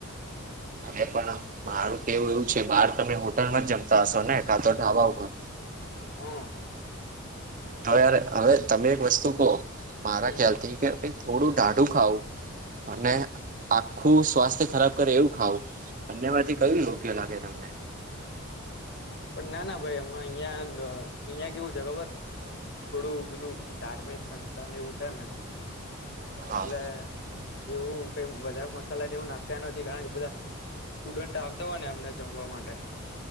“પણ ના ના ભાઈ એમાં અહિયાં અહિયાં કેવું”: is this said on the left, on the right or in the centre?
Left